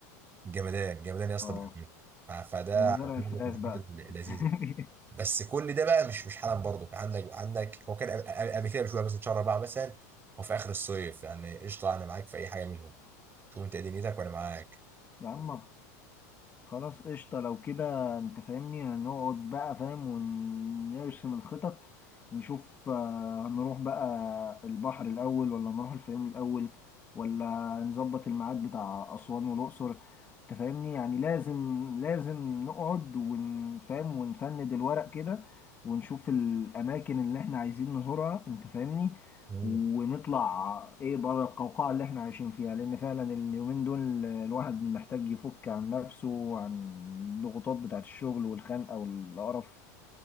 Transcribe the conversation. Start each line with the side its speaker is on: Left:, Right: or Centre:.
Right: جمدان جمدان يا اسطى
Left: اه
Right: بأمانة. ف- فده
Left: ومزارع الفراخ بقى
Right: لذيذ
Left: <laughs>
Right: بس كل ده بقى مش مش حالا برضو كان عندك عندك هو كان قبل قبل قبل كده بشويه مثلا شهر اربعه مثلا او في اخر الصيف يعني قشطه انا معاك في اي حاجه منهم شوف انت ايه دنيتك وانا معاك
Left: يا عم خلاص قشطة لو كده انت فاهمني هنقعد بقى فاهم ونرسم الخطط ونشوف آه، هنروح بقى البحر الأول ولا نروح الفيوم الأول ولا نظبط الميعاد بتاع أسوان والأقصر انت فاهمني يعني لازم لازم نقعد ونفهم ونفند الورق كده ونشوف الأماكن اللي احنا عايزين نزورها انت فاهمني
Right: مم.
Left: ونطلع ايه بره القوقعة اللي احنا عايشين فيها لان فعلا اليومين دول الواحد محتاج يفك عن نفسه وعن الضغوطات بتاعت الشغل والخنقة والقرف